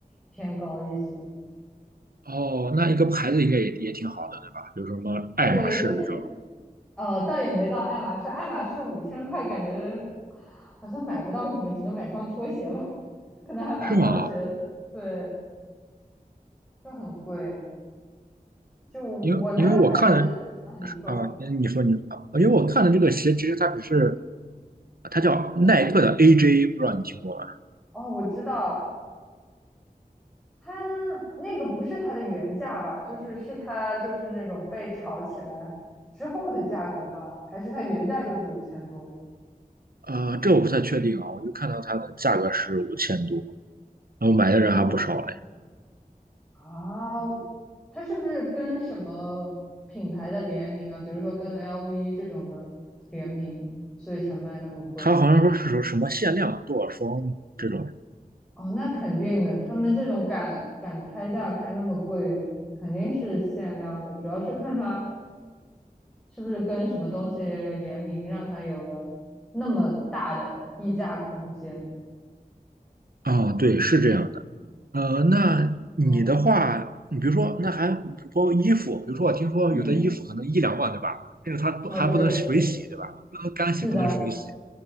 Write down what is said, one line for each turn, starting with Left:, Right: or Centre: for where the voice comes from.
Centre: 偏高一些。
Right: 哦，那一个牌子应该也也挺好的，对吧？比如说什么爱马仕这种，
Centre: 对，它这呃，倒也没到爱马仕，爱马仕五千块，感觉好像买不到什么，只能买双拖鞋吧，<laughs> 可能还买不到靴子，
Right: 是吗？
Centre: 对，就很贵。就我那个牌子，
Right: 因为因为我看的
Centre: 啊，你说，
Right: 啊，你说你啊，因为我看的这个鞋其实它只是。它叫耐克的 AJ，不知道你听过吗？
Centre: 哦，我知道，它那个不是它的原价吧？就是是它就是那种被炒起来之后的价格吧？还是它原价就是五千多？
Right: 呃，这我不太确定啊，我就看到它的价格是五千多，然后买的人还不少嘞。
Centre: 然后啊，它是不是跟什么品牌的联名啊？比如说跟 LV 这种的联名，所以才卖那么贵？
Right: 它好像说是说什么限量多少双这种
Centre: 哦，那肯定的，他们这种敢敢开价开那么贵，肯定是限量的，主要是看它是不是跟什么东西联名，让它有了那么大的溢价空间。
Right: 啊，对，是这样的。呃，那你的话，
Centre: 哦，
Right: 你比如说，那还包括衣服，比如说我听说有的衣服可能一两万，
Centre: 嗯，
Right: 对吧？甚至它不还不能水洗，
Centre: 哦，对对对，
Right: 对吧？不能干洗，
Centre: 是的，
Right: 不能水洗。